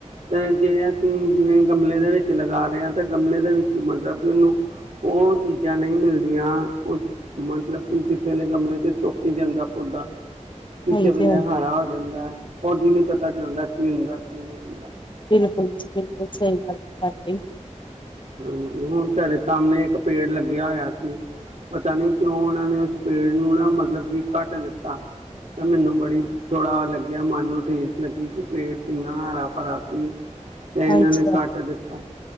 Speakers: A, on the right; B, on the left.
A: ਤੇ ਜੇ ਅਸੀਂ ਜਿਵੇਂ ਗਮਲੇ ਦੇ ਵਿੱਚ ਲਗਾ ਰਹੇ ਹਾਂ ਤਾਂ ਗਮਲੇ ਦੇ ਵਿੱਚ ਮਤਲਬ ਕਿ ਉਹਨੂੰ ਉਹ ਚੀਜ਼ਾਂ ਨਹੀਂ ਮਿਲਦੀਆਂ ਮਤਲਬ ਕਿ ਕਿਸੇ ਨੇ ਗਮਲੇ ਚ ਸੁਕ ਹੀ ਜਾਂਦਾ ਪੁੌਦਾ ਕਿਸੇ
B: ਹਾਂਜੀ-ਹਾਂਜੀ,
A: ਵੇਲੇ ਹਾਰ ਹੋ ਜਾਂਦਾ ਉਦਾ ਨਹੀਂ ਪਤਾ ਚੱਲਦਾ ਕੀ ਹੁੰਦਾ ਕੀ ਨਹੀਂ ਹੁੰਦਾ
B: ਬਿਲਕੁਲ ਜੀ ਬਿਲਕੁਲ ਸਹੀ ਗੱਲ ਹੈ ਤੁਹਾਡੀ
A: ਹਾਂਜੀ ਹੁਣ ਸਾਡੇ ਸਾਹਮਣੇ ਇੱਕ ਪੇੜ ਲੱਗਿਆ ਹੋਇਆ ਸੀ। ਪਤਾ ਨੀ ਕਿਉਂ ਉਹਨਾਂ ਨੇ ਉਸ ਪੇੜ ਨੂੰ ਨਾ ਮਤਲਬ ਕਿ ਕੱਟ ਦਿੱਤਾ ਤਾਂ ਮੈਨੂੰ ਬੜੀ ਥੋੜਾ ਲੱਗਿਆ ਮਨ ਨੂੰ ਠੀਸ ਲੱਗੀ ਕਿ ਪੇੜ ਕਿੰਨਾ ਹਰਾ ਭਰਾ ਸੀ। ਤੇ ਇਹਨਾਂ
B: ਹਾਂਜੀ-ਹਾਂਜੀ,
A: ਨੇ ਕੱਟ ਦਿੱਤਾ।